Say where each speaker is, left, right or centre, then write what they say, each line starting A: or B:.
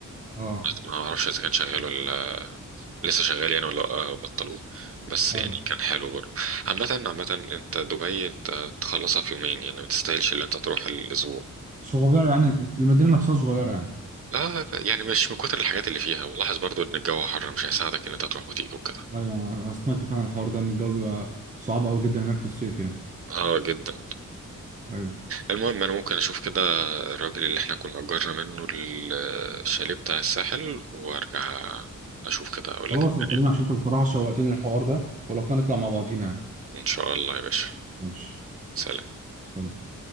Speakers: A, on the right (about 25°); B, on the right (about 45°).
A: أه
B: ما اعرفش اذا كان شغال ولا لسه شغال يعني ولا آه، بطلوه بس
A: أيوه
B: يعني كان حلو برضه عامة عامة انت دبي انت تخلصها في يومين يعني ما تستاهلش اللي انت تروح الاسبوع
A: صغيرة يعني المدينة نفسها صغيرة يعني
B: لا يعني مش من كتر الحاجات اللي فيها ولاحظ برضه ان الجو حر مش هيساعدك ان انت تروح وتيجي وكده
A: أيوة أنا أنا سمعت فعلا الحوار ده إن الجو بيبقى صعب أوي جدا هناك في الصيف يعني
B: اه جدا
A: أيوة
B: المهم انا ممكن اشوف كده الراجل اللي احنا كنا اجرنا منه الشاليه بتاع الساحل وارجع اشوف كده اقول
A: خلاص
B: لك الدنيا
A: بكلمك عشان أنت بصراحة شوقتني الحوار ده ولو كان نطلع مع بعضينا يعني
B: ان شاء الله يا باشا
A: ماشي
B: سلام
A: سلام